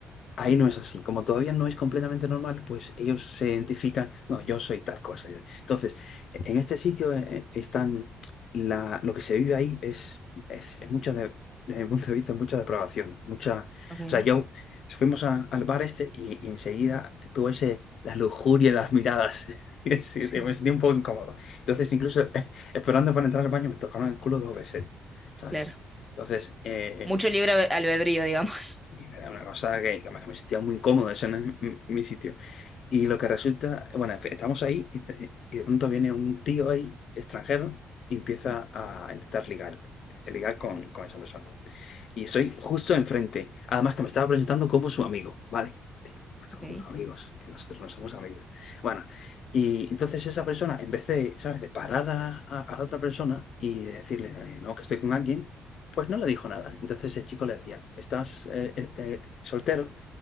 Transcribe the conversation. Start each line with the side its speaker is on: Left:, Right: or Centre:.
Left: Ahí no es así. Como todavía no es completamente normal, pues ellos se identifican, no, yo soy tal cosa. yo- Entonces, en este sitio eh, eh, están, la, lo que se vive ahí es, es, es mucha, de- desde mi punto de vista, mucha depravación. Mucha,
Centre: ok.
Left: o sea, yo fuimos a- al bar este y, y enseguida tuve ese, la lujuria en las miradas. <laughs> Y sí,
Centre: Sí,
Left: Me sentí un poco incómodo. Entonces, incluso <laughs> eh, esperando para entrar al baño, me tocaron el culo dos veces, ¿sabes?
Centre: claro.
Left: Entonces, eh,
Centre: Mucho libre albe- albedrío, digamos.
Left: y
Centre: <laughs>
Left: era una cosa que, además, que me sentía muy incómodo, ese no es mi, mi sitio. Y lo que resulta, bueno, en fin, estamos ahí y te- y de pronto viene un tío ahí, extranjero, y empieza
Centre: Sí,
Left: a intentar ligar, ligar con, con esa persona. Y estoy justo enfrente. Además que me estaba presentando como su amigo, ¿vale? Digo, "Pues Somos
Centre: ok.
Left: amigos, que nosotros no somos amigos. Bueno, y entonces esa persona, en vez de, ¿sabes?, de parar a, a- a la otra persona y de decirle, eh, no, que estoy con alguien, pues no le dijo nada. Entonces el chico le decía, ¿estás eh, eh, eh, soltero?